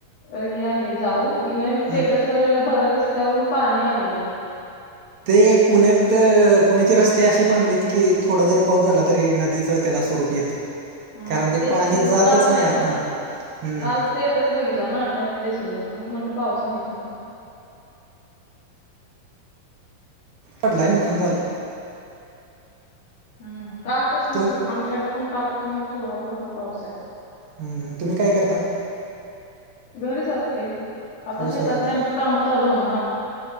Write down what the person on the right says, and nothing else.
हां
ते पुण्यात पुण्याचे रस्ते अशे बांधलेत की, थोडा जरी पाऊस झाला तरी नदीचं त्याला स्वरूप येत.
कारण ते
पाणी जातच
नाही आतमध्ये.
हम्म,
पडलाय, नुकसान
झालं.
तु
हम्म, तुम्ही काय करता?
हाऊस
वाईफ आहे